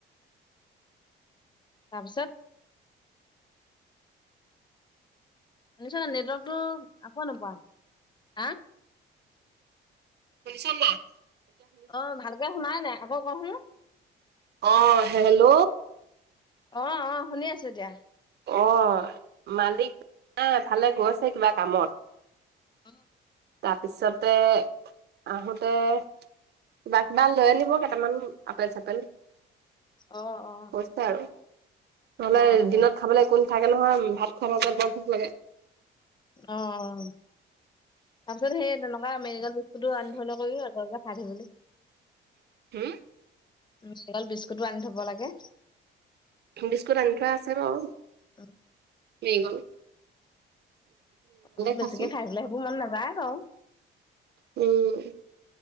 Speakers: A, on the left; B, on the right.
A: তাৰপিছত <unintelligible> নেটৱৰ্কতটো আকৌ নোপোৱা হা।
B: শুনিছাম না <unintelligible>
A: অ', ভালকে শুনাই নাই আকৌ ক শোন।
B: অ', হেল্ল'।
A: অ', অ', শুনি আছো এতিয়া।
B: অ', মালিকফালে গৈছে কিবা কামত।
A: অ
B: তাৰপিছতে আহোতে কিবা কিবা লৈ আনিব কেইটামান আপেল চাপেল
A: অ অ অ
B: কৈছে আৰু নহ'লে
A: অ অ
B: দিনত খাবলৈ একো নাথাকে নহয় ভাত খোৱাৰ মাজত বৰ ভোক লাগে।
A: অ', অ', তাৰপিছত সেই তেনেকুৱা মেৰি <unintelligible> চ়ি বুলি <unintelligible>
B: হম।
A: <unintelligible> বিস্কুটোআনি থ'ব লাগে।
B: বিস্কুট আনি থোৱা আছে বাৰু।
A: উম।
B: মেৰিগ'ল্ড।
A: অ', বেছিকে
B: খাইছো
A: খাই দিলে সেইবোৰ মন নাযায় বাউ।
B: উম।